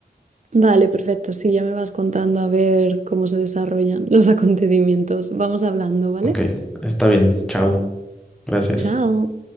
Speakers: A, on the right; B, in the centre.
A: Vale, perfecto. Sí, ya me vas contando a ver cómo se desarrollan los <laughs> acontecimientos. Vamos hablando, ¿vale?
B: Ok, está bien. Chao. Gracias.
A: Chao.